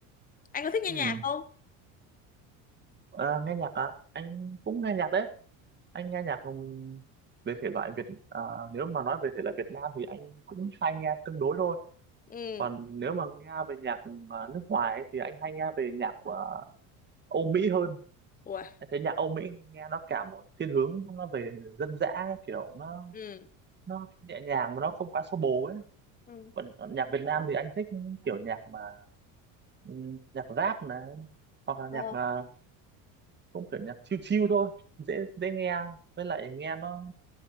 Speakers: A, on the left; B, on the right.
A: anh có thích nghe
B: ừ
A: nhạc không
B: Ờ, nghe nhạc à anh cũng nghe nhạc đấy anh nghe nhạc ừm, về thể loại Việt à, nếu mà nói về thể loại Việt Nam thì anh cũng hay nghe tương đối thôi
A: ừ
B: còn nếu mà nghe về nhạc ờ, nước ngoài ấy, thì anh hay nghe về nhạc của Âu Mỹ hơn
A: Ủa,
B: Em thấy nhạc Âu Mỹ nghe nó cả một thiên hướng nó về dân dã ấy, kiểu nó
A: ừ.
B: nó nhẹ nhàng mà nó không quá xô bồ ấy
A: ừ.
B: còn nhạc Việt Nam thì anh thích kiểu nhạc mà ừm, nhạc rap này hoặc
A: Ờ,
B: là nhạc à, cũng kiểu nhạc chill chill thôi dễ dễ nghe với lại nghe nó